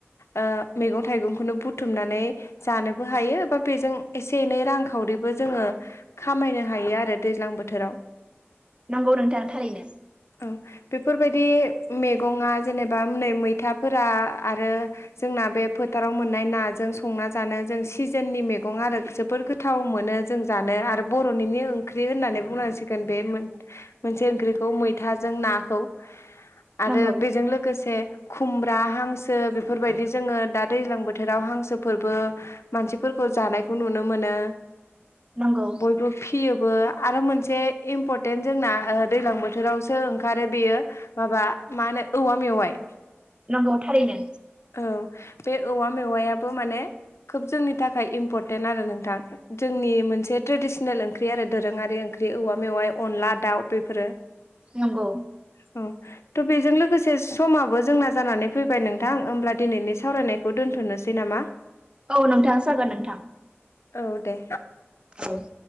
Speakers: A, on the left; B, on the right.
A: ओ मैगं थाइगंखौनो बुथुमनानै जानोबो हायो बा बेजों एसे एनै रांखावरिबो जोङो खामायनो हायो आरो दैज्लां बोथोराव
B: नंगौ नोंथां थारैनो
A: औ बेफोरबायदि मैगंआ जेनेबा नै मैथाफोरा आरो जोंना बे फोथाराव मोननाय नाजों संना जानो जों सिजोननि मैगं आरो जोबद गोथाव गोथाव मोनो जों जानो आरो बर'निनो ओंख्रि होननानै बुंनांसिगोन बे मोनसे ओंख्रिखौ मैथाजों नाखौ आरो
B: नंगौ
A: बेजों लोगोसे खुमब्रा हांसो बेफोरबायदि जोङो दा दैज्लां बोथोराव हांसोफोरबो मानसिफोरखौ जानायखौ नुनो मोनो
B: नंगौ
A: बयबो फिसियोबो आरो मोनसे इम्परटेन्ट जोंना दैज्लां बोथोरावसो ओंखारो बेयो माबा मा होनो औवा मेवाइ
B: नंगौ थारैनो
A: औ बे औवा मेवायाबो माने खोब जोंनि थाखाय इम्परटेन्ट आरो नोंथां जोंनि मोनसे ट्रेडिसनेल ओंख्रि आरो दोरोङारि ओंख्रि औवा मेवाइ अनला दाउ बेफोरो
B: नंगौ
A: औ थ' बेजों लोगोसे समाबो जोंना जानानै फैबाय नोंथां होमब्ला दिनैनि सावरायनायखौ दोन्थ'नोसै नामा <unintelligible>
B: औ नोंथाङ जागोन नोंथां
A: औ दे
B: औ